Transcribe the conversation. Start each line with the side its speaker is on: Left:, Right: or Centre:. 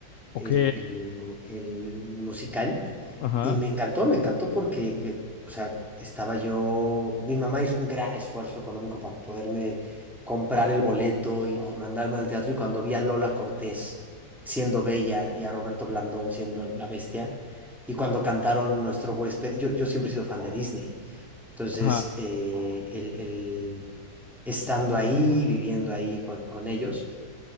Left: Ok.
Centre: el, el- el musical,
Left: Ajá.
Centre: y me encantó, me encantó porque, eh, o sea, estaba yo, mi mamá hizo un gran esfuerzo económico para poderme comprar el boleto y, y mandarme al teatro, y cuando vi a Lola Cortés siendo Bella y a Roberto Blandón siendo la Bestia, y cuando cantaron Nuestro huésped, yo, yo siempre he sido fan de Disney. Entonces,
Left: Ajá.
Centre: eh, el, el- estando ahí, viviendo ahí con, con ellos,